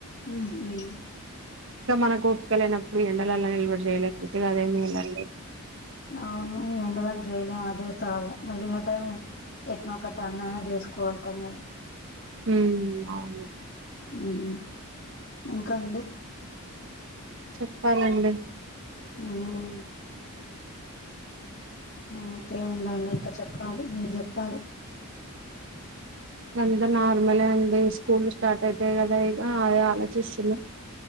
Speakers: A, on the left (about 50°); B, on the right (about 60°).
A: ఉహు
B: ఇంకా మన కూ ఉర్సుకలేనప్పుడు ఎండలలా నిలబడి చేయలేకపోతేగా అదేమిీళాలి <unintelligible>
A: అవును ఈ ఎండలకి చేయలేము అదే చావు మిగిలిన టైం ఎట్ నో కట్ట అన్నా చేసుకోగళ్తాం కానీ
B: ఉం అవును
A: హూ హమ్ ఇంకా అండి
B: చెప్పాలండి
A: ఉం ఇంకే ముందండి ఇంకా చెప్పాలి మీరు చెప్పాలి
B: అంత నార్మల్ అండి స్కూల్ లు స్టార్ట్ అయితయి కదా ఇగ అదే ఆ చేస్తున్న